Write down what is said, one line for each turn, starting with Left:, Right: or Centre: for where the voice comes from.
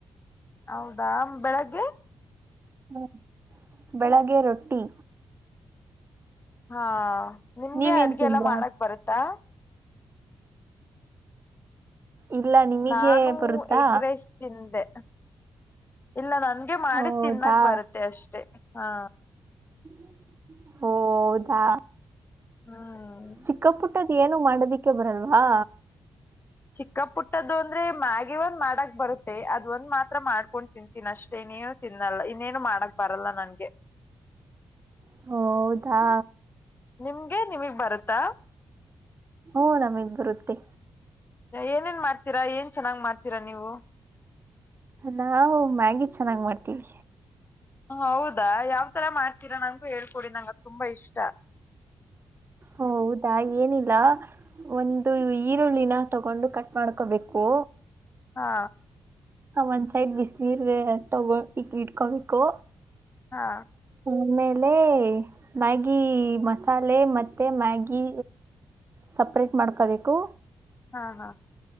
Left: ಹೌದಾ ಬೆಳಗ್ಗೆ
Right: ಹ್ಮ್ ಬೆಳಗ್ಗೆ ರೊಟ್ಟಿ
Left: ಹಾ ನಿಮ್ಗೆ
Right: ನೀವೇನ್
Left: ಅಡ್ಗೆ
Right: ತಿಂದ್ರಾ
Left: ಎಲ್ಲ ಮಾಡಕ್ ಬರುತ್ತಾ
Right: ಇಲ್ಲ ನಿಮಗೆ
Left: ನಾನು
Right: ಬರುತ್ತಾ
Left: ಎಗ್ರಸ್ ತಿಂದೆ ಇಲ್ಲ ನನ್ಗೆ ಮಾಡಿ
Right: ಹೌದಾ
Left: ತಿನ್ನಕ್ ಬರುತ್ತೆ ಅಷ್ಟೆ ಹಾ
Right: ಹ ಹೌದಾ
Left: ಹ್ಮ್
Right: ಚಿಕ್ಕ ಪುಟ್ಟದ್ ಏನು ಮಾಡದಿಕ್ಕೆ ಬರಲ್ವಾ
Left: ಚಿಕ್ಕ ಪುಟ್ಟದ್ದ ಅಂದ್ರೆ ಮ್ಯಾಗೆ ಒಂದ್ ಮಾಡಕ್ ಬರುತ್ತೆ ಅದ ಒಂದ್ ಮಾತ್ರ ಮಾಡ್ಕೊಂಡ್ ತಿನ್ತೀನ ಅಷ್ಟೇ ಇನ್ನೇನು ತಿನ್ನಲ್ಲ ಇನ್ನೇನು ಮಾಡಕ್ ಬರಲ್ಲ ನನ್ಗೆ
Right: <unintelligible> ಹೌದಾ
Left: ನಿಮ್ಗೆ ನಿಮಗ್ ಬರತ್ತಾ
Right: ಹಓ ನಮಗ್ ಬರುತ್ತೆ
Left: ಏನೇನ್ ಮಾಡ್ತೀರಾ ಏನ್ ಚೆನ್ನಾಗ್ ಮಾಡ್ತೀರಾ ನೀವು
Right: ನಾವು ಮ್ಯಾಗಿ ಚೆನ್ನಾಗಿ ಮಾಡ್ತೀವಿ
Left: ಹೌದಾ ಯಾವತರ ಮಾಡ್ತೀರಾ ನನ್ಗು ಹೇಳ್ಕೊಡಿ ನಂಗ ತುಂಬಾ ಇಷ್ಟ
Right: ಹೌದಾ ಏನಿಲ್ಲ ಒಂದು ಈರುಳ್ಳಿನ ತಗೊಂಡು ಕಟ್ ಮಾಡ್ಕೋಬೇಕು
Left: ಹಾ
Right: ಹ ಒಂದ್ ಸೈದ ಬಿಸಿನೀರ್ ತಗೊ ಇಕ್ ಇಟ್ಕೊಬೇಕು
Left: ಹಾ
Right: ಆಮೇಲೆ ಮ್ಯಾಗಿ ಮಸಾಲೆ ಮತ್ತೆ ಮ್ಯಾಗಿ ಸಪ್ರೇಟ್ ಮಾಡ್ಕೋಬೇಕು
Left: ಹಾ ಹಾ